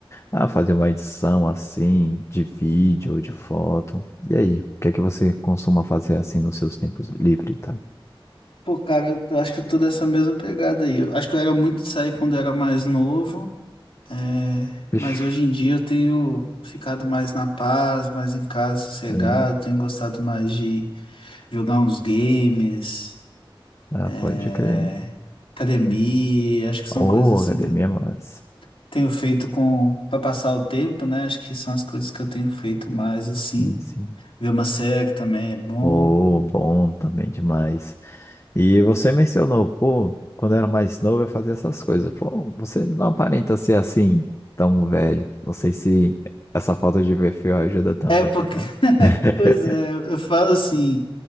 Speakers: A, on the left; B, on the left.
A: ah, fazer uma edição assim, de vídeo ou de foto. E aí, o que é que você costuma fazer assim nos seus tempos livres e tal?
B: Pô, cara, eu eu acho que eu tô dessa mesma pegada aí. Eu acho que eu era muito de sair quando eu era mais novo, é, mas
A: Ixi,
B: hoje em dia eu tenho ficado mais na paz, mais em casa, sossegado,
A: olha aí.
B: tenho gostado mais de jogar uns games,
A: Ah,
B: é,
A: pode crer.
B: academia, acho que
A: Ô,
B: são coisas
A: academia,
B: assim que eu
A: mas.
B: tenho feito com para passar o tempo, né? Acho que são as coisas que eu tenho feito mais assim.
A: Sim, sim.
B: Ver uma série também é bom.
A: Ô, bom também demais. E você mencionou, pô, quando eu era mais novo eu fazia essas coisas. Pô, você não aparenta ser assim tão velho. Não sei se essa falta de perfil ajuda também,
B: É porque,
A: tá?
B: <laughs>
A: <laughs>
B: pois é, eu falo assim,